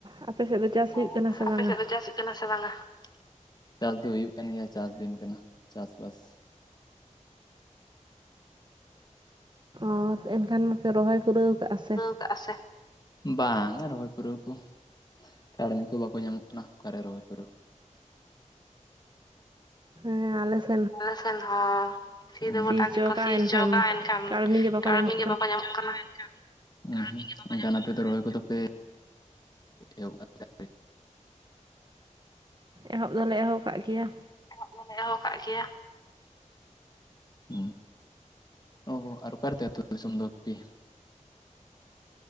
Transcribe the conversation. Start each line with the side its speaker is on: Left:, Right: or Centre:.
Right: ᱟᱯᱮ ᱥᱮ ᱫᱚ ᱪᱟᱥ ᱦᱩᱭᱩᱜ
Left: ᱚ
Right: ᱠᱟᱱᱟ ᱥᱮ ᱵᱟᱝᱟ
Left: ᱟᱯᱮ ᱥᱮᱫ ᱫᱚ ᱪᱟᱥ ᱥᱮ ᱵᱟᱝᱟ? ᱪᱟᱥ ᱫᱚ ᱦᱩᱭᱩᱜ ᱠᱟᱱ ᱜᱮᱭᱟ ᱪᱟᱥ ᱫᱤᱱ ᱠᱟᱱᱟ ᱪᱟᱥᱵᱟᱥ
Right: ᱦᱚᱸ ᱮᱱᱠᱷᱟᱱ ᱢᱟᱯᱮ ᱨᱚᱦᱚᱭ ᱯᱩᱨᱟᱹᱣ ᱠᱟᱜ-ᱟ ᱥᱮ᱾
Left: <inaudible> ᱵᱟᱝᱟ ᱨᱚᱦᱚᱭ ᱯᱩᱨᱟᱹᱣ ᱠᱚ, ᱠᱟᱹᱲᱢᱤ ᱠᱚ ᱵᱟᱠᱚ ᱧᱟᱢᱚᱜ ᱠᱟᱱᱟ ᱚᱠᱟᱨᱮ ᱨᱚᱦᱚᱭ ᱯᱩᱨᱟᱹᱣ
Right: ᱦᱮᱸ ᱟᱞᱮᱥ
Left: ᱟᱞᱮ ᱥᱮᱱ ᱦᱚᱸ ᱥᱤ ᱫᱚ ᱜᱚᱴᱟ
Right: ᱦᱚᱪᱚ
Left: ᱜᱮᱠᱚ
Right: ᱠᱟᱜᱼᱟ
Left: ᱥᱤ
Right: ᱮᱱᱠᱷᱟᱱ
Left: ᱦᱚᱪᱚ ᱟᱠᱟ-ᱟ ᱮᱱᱠᱷᱟᱱ
Right: ᱠᱟᱹᱲᱢᱤ ᱜᱮ ᱵᱟᱠᱚ
Left: ᱠᱟᱹᱲᱢᱤ
Right: ᱧᱟᱢᱚᱜ
Left: ᱜᱮ ᱵᱟᱠᱚ ᱧᱟᱢᱚᱜ ᱠᱟᱱᱟ᱾ ᱦᱮᱸ ᱦᱮᱸ ᱮᱱᱠᱷᱟᱱ ᱟᱯᱮ ᱫᱚ ᱨᱚᱦᱚᱭ ᱠᱚᱫᱚ ᱯᱮ ᱮᱦᱚᱵ ᱥᱮ?
Right: ᱮᱦᱚᱵ ᱫᱚᱞᱮ ᱮᱦᱚᱵ ᱠᱟᱫ ᱜᱮᱭᱟ᱾
Left: ᱨᱚᱦᱚᱭ ᱞᱮ ᱮᱦᱚᱵ ᱠᱟᱫ ᱜᱮᱭᱟ᱾ ᱦᱩᱸ ᱚ ᱦᱳ ᱟᱨ ᱚᱠᱟᱛᱮ ᱟᱛᱩ ᱫᱤᱥᱚᱢ ᱫᱚ ᱵᱤᱴᱤ?